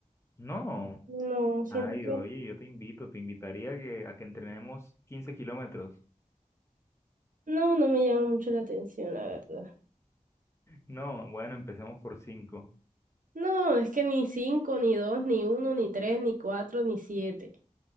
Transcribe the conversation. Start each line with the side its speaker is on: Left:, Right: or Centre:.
Left: No.
Right: No, siento
Left: Ay,
Right: que...
Left: oye, yo te invito, te invitaría a que, a que entrenemos 15 kilómetros.
Right: No, no me llama mucho la atención, la verdad.
Left: No, bueno, empecemos por cinco.
Right: No, es que ni cinco, ni dos, ni uno, ni tres, ni cuatro, ni siete.